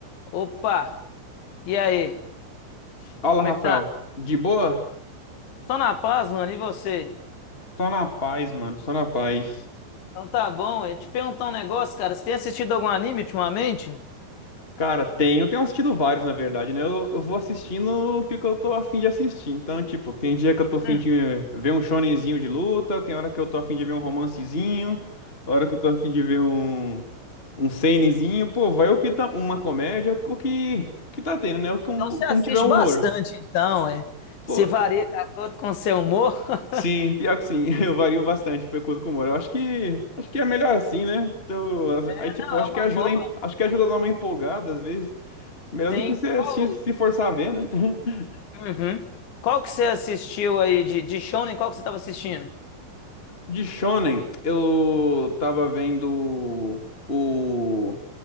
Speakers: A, on the left; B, on the left.
A: Opa! E aí?
B: Fala,
A: Como
B: Rafael.
A: é que tá?
B: De boa?
A: Só na paz, mano. E você?
B: Só na paz, mano. Só na paz.
A: Então tá bom. Eu ia te perguntar um negócio, cara. Você tem assistido algum anime ultimamente?
B: Cara, tem. Eu tenho assistido vários, na verdade, né? Eu, eu vou assistindo o que, que eu tô afim de assistir. Então, tipo, tem dia que eu tô afim
A: Hum,
B: de ver um shonenzinho de luta, tem hora que eu tô afim de ver um romancezinho, hora que eu tô afim de ver um, um seinenzinho. Pô, vai o que tá. Uma comédia, o que, o que tá tendo, né? O, como,
A: então você
B: como
A: assiste
B: tiver humor.
A: bastante, então, é.
B: Pô,
A: Se varia de acordo com o seu humor. <laughs>
B: Sim, pior que sim, <laughs> eu vario bastante de acordo com o humor. Eu acho que acho que é melhor assim, né? Então, as-
A: É,
B: aí tipo,
A: não,
B: acho
A: é uma
B: que ajuda,
A: boa.
B: a em- acho que ajuda a dar uma empolgada às vezes, melhor
A: Sim.
B: do que você
A: Qual...
B: assistir, se forçar a ver, né? <laughs>
A: Uhum. Qual que você assistiu aí de, de Shonen? Qual que você tava assistindo?
B: De shonen, eu tava vendo o